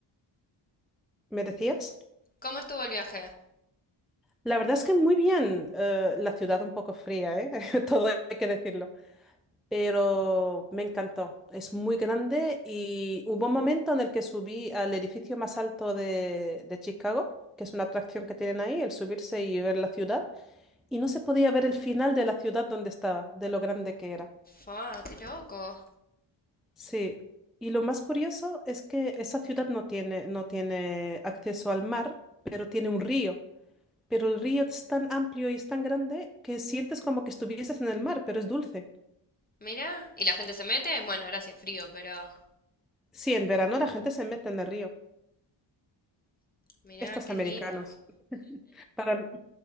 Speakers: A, in the centre; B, on the left (about 20°).
A: ¿Me decías?
B: ¿Cómo estuvo el viaje?
A: La verdad es que muy bien, eh, la ciudad un poco fría, ¿eh? <laughs> Todo hay que decirlo, pero me encantó. Es muy grande y hubo un momento en el que subí al edificio más alto de, de Chicago, que es una atracción que tienen ahí, el subirse y ver la ciudad, y no se podía ver el final de la ciudad donde estaba, de lo grande que era.
B: Ah, qué loco.
A: Sí, y lo más curioso es que esa ciudad no tiene, no tiene acceso al mar, pero tiene un río. Pero el río es tan amplio y es tan grande que sientes como que estuvieses en el mar, pero es dulce.
B: Mirá, ¿y la gente se mete? Bueno, ahora sí es frío, pero
A: Sí, en verano la gente se mete en el río,
B: mirá,
A: estos
B: qué
A: americanos.
B: lindo.
A: Para,